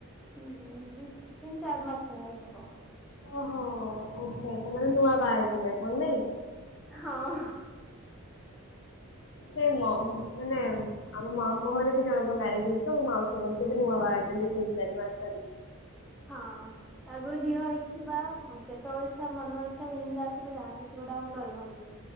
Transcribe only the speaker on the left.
ଓହୋ ଆ୍ଛା ଏତ ମାନେ ନୂଆ ବାହା ହେଇଛନ୍ତି ନାଇଁ।
ସେ ମାନେ ଆମ ମାମୁଁ ଘରେ ବି ଜଣଙ୍କ ମ୍ୟାରେଜ ହେଇଚି ତ ମୋ ମାଉସୀଙ୍କ ସେ ବି ନୂଆ ବାହା ହେଇଛନ୍ତି ତିନି ଚାରି ମାସ ଧରି।